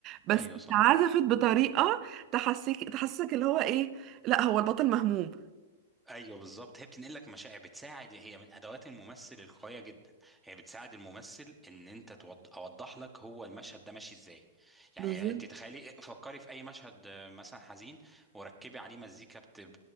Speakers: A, on the right (about 35°); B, in the centre.
A: بس
B: ايوه صح
A: اتعزفت بطريقه تحسيك تحسسك اللي هو ايه لا هو البطل مهموم
B: ايوه بالظبط هي بتنقل لك مشاعر بتساعد هي من ادوات الممثل القويه جدا هي بتساعد الممثل ان انت توض... اوضح لك هو المشهد ده ماشي ازاي يعني
A: بالظبط
B: انت تخيلي فكري في اي مشهد آه، مثلا حزين وركبي عليه مزيكا بت... ب-